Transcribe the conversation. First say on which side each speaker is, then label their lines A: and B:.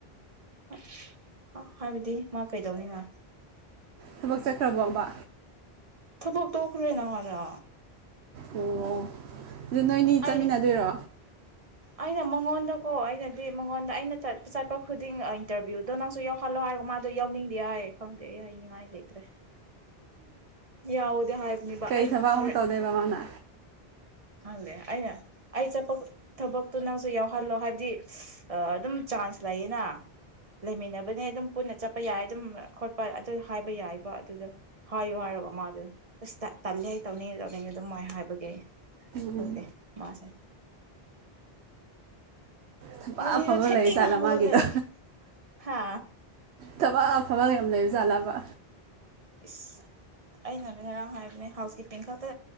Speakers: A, on the right; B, on the right.
A: ꯎꯝ ꯍ ꯍꯥꯏꯕꯗꯤ ꯃꯥ ꯀꯩꯗꯧꯏꯅꯤ ꯃꯥ
B: ꯊꯕꯛ ꯆꯠꯈ꯭ꯔꯕꯣꯕꯥ
A: ꯊꯕꯛ ꯇꯣꯛꯈ꯭ꯔꯦ ꯅꯍ ꯥꯟꯅ
B: ꯑꯣ ꯑꯗꯨ ꯅꯣꯏꯅꯤ ꯆꯠꯃꯤꯟꯅꯗꯣꯏꯔꯣ
A: ꯑꯩ ꯑꯩꯅ ꯃꯉꯣꯟꯗꯀꯣ ꯑꯩꯅꯗꯤ ꯃꯉꯣꯟꯗ ꯑꯩꯅ ꯆꯠꯄ ꯈꯨꯗꯤꯡ ꯏꯟꯇꯔꯚꯤꯌꯨꯗꯣ ꯅꯪꯁꯨ ꯌꯥꯎꯍꯜꯂꯣ ꯍꯥꯏꯔꯒ ꯃꯥꯗꯣ ꯌꯥꯎꯅꯤꯡꯗꯦ ꯍꯥꯏ ꯈꯪꯗꯦ ꯑꯩ ꯍꯥꯏꯅꯤꯡꯉꯥꯏ ꯂꯩꯇ꯭ꯔꯦ ꯌꯥꯎꯗꯦ ꯍꯥꯏꯕꯅꯦꯕ
B: ꯀꯩ
A: ꯑꯩ
B: ꯊꯕꯛ ꯑꯃꯨꯛ
A: ꯍꯣꯔꯦꯟ
B: ꯇꯧꯗꯣꯏꯕ ꯃꯥꯅ
A: ꯈꯪꯗꯦ ꯑꯩꯅ ꯑꯩ ꯆꯠꯄ ꯊꯕꯛꯇꯣ ꯅꯪꯁꯨ ꯌꯥꯎꯍꯜꯂꯣ ꯍꯥꯏꯕꯗꯤ ꯑꯥ ꯑꯗꯨꯝ ꯆꯥꯟꯁ ꯂꯩꯌꯦꯅ ꯂꯩꯃꯤꯟꯅꯕꯅꯦ ꯑꯗꯨꯝ ꯄꯨꯟꯅ ꯆꯠꯄ ꯌꯥꯏ ꯑꯗꯨꯝ ꯈꯣꯠꯄ ꯑꯗꯨ ꯍꯥꯏꯕ ꯌꯥꯏꯕ ꯑꯗꯨꯗ ꯍꯥꯏꯌꯨ ꯍꯥꯏꯒ ꯃꯥ ꯑꯗꯨ ꯑꯁ ꯇ ꯇꯜꯂꯦ ꯑꯩ ꯇꯧꯅꯤꯡ ꯇꯧꯅꯤꯡꯗꯦ ꯑꯗꯨꯝꯃꯥꯏ ꯍꯥꯏꯕꯒꯤ ꯈꯪꯗꯦ
B: ꯎꯝ
A: ꯃꯥꯁꯦ
B: ꯊꯕꯛ
A: ꯉꯁꯤꯁꯨ
B: ꯑꯐꯕ
A: ꯊꯦꯡꯅ
B: ꯂꯩꯕ ꯖꯥꯠꯂꯥ
A: ꯍꯧꯒꯠꯂꯦ
B: ꯃꯥꯒꯤꯗꯣ
A: ꯍꯥ
B: ꯊꯕꯛ ꯑꯐꯕ ꯌꯥꯝ ꯂꯩꯕ ꯖꯥꯠꯂꯕ
A: ꯏꯁ ꯑꯩꯅꯅꯦ ꯉꯔꯥꯡ ꯍꯥꯏꯕꯅꯦ ꯍꯥꯎꯁ ꯀꯤꯞꯄꯤꯡ ꯈꯛꯇ